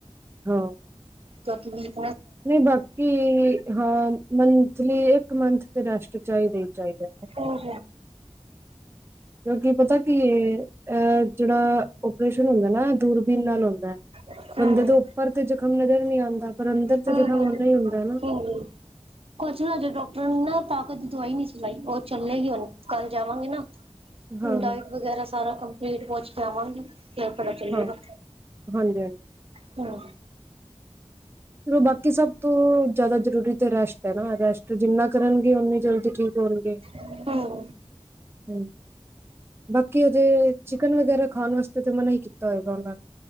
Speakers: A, on the right; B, on the right.
A: ਹਾਂ
B: ਚਤ <unintelligible>
A: ਨਹੀਂ ਬਾਕੀ ਹਾਂ ਮੰਥਲੀ ਇੱਕ ਮੰਥ ਤੇ ਰੈਸਟ ਚਾਹੀਦਾ ਹੀ। ਚਾਹੀਦਾ
B: ਹੂੰ
A: ਕਿਉਂਕਿ ਪਤਾ ਕੀ ਅਹ ਜਿਹੜਾ ਓਪਰੇਸ਼ਨ ਹੁੰਦਾ ਨਾ ਦੂਰਬੀਨ ਨਾਲ ਹੁੰਦਾ।
B: ਹੂੰ
A: ਬੰਦੇ ਦੇ ਉੱਪਰ ਤੇ ਜਖ਼ਮ ਨਜ਼ਰ ਨਹੀਂ ਆਂਦੇ। ਤਾਂ ਪਰ ਤੇ
B: ਹਮ,
A: ਜ਼ਖ਼ਮ
B: ਹਮ,
A: ਓਨਾ ਹੀ ਹੁੰਦਾ ਹੈ ਨਾ
B: ਹਮ ਕੁਛ ਅਜੇ ਡਾਕਟਰ ਨਾ ਤਾਕਤ ਦਵਾਈ ਨੀ ਸੀ ਲਾਈ ਉਹ ਚੱਲੇਗੀ ਹੁਣ ਕੱਲ ਜਾਵਾਂਗੇ ਨਾ।
A: ਹਾਂ-ਹਾਂ,
B: ਡਾਇਟ ਵਗੈਰਾ ਸਾਰਾ ਕੰਮ ਫੇਡ ਵੋਚ ਪਵਾਂ ਕਿ ਪਤਾ ਚੱਲੇਗਾ,
A: ਹਾਂ ਹਾਂਜੀ-ਹਾਂਜੀ।
B: ਹਮ
A: ਚਲੋ ਬਾਕੀ ਸਭ ਤੋਂ ਜ਼ਿਆਦਾ ਜ਼ਰੂਰੀ, ਰੈਸ਼ਟ ਹੈ ਨਾ ਰੈਸ਼ਟ ਜਿੰਨਾ ਕਰਨਗੇ ਉਨੀ ਜਲਦੀ ਠੀਕ ਹੋਣਗੇ।
B: ਹਮ
A: ਹਮ ਬਾਕੀ ਉਹਦੇ ਚਿਕਨ ਵਗੈਰਾ ਖਾਣ ਵਾਸਤੇ ਤਾਂ ਮਨਾ ਹੀ ਕੀਤਾ ਹੋਏਗਾ ਉਹਨਾਂ ਨੇ